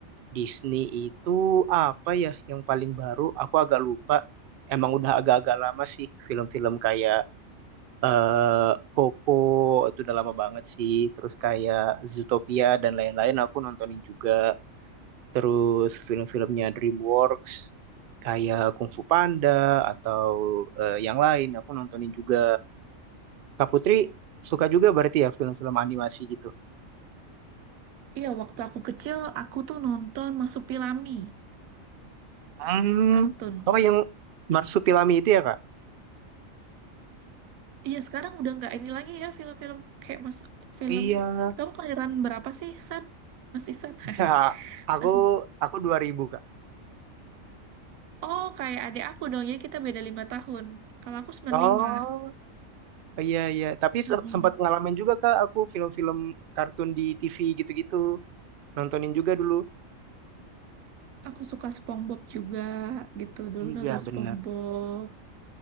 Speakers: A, on the right (about 65°); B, on the right (about 85°).
A: Disney itu apa ya yang paling baru? Aku agak lupa. Emang udah agak-agak lama sih film-film kayak eh Coco itu udah lama banget sih. Terus kayak Zootopia dan lain-lain aku nontonin juga. Terus film-filmnya DreamWorks kayak Kung Fu Panda atau eh, yang lain aku nontonin juga. Kak Putri suka juga berarti ya film-film animasi gitu.
B: Iya, waktu aku kecil, aku tuh nonton Marsupilami,
A: Hmm,
B: kartun.
A: oh yang Marsupilami itu ya Kak?
B: Iya, sekarang udah nggak ini lagi ya, film-film kayak mas film.
A: Oh, Iya.
B: Kamu kelahiran berapa sih, Sat? Masih Sat?
A: Nah,
B: <laughs>
A: aku
B: Masih.
A: aku 2000 Kak.
B: Oh, kayak adik aku dong, ya kita beda lima tahun. Kalau aku 95.
A: Oh, iya iya. Tapi
B: mm
A: se- sempat ngalamin juga Kak aku film-film kartun di TV gitu-gitu. Nontonin juga dulu.
B: Aku suka SpongeBob juga gitu dulu
A: Iya,
B: nonton
A: benar.
B: SpongeBob.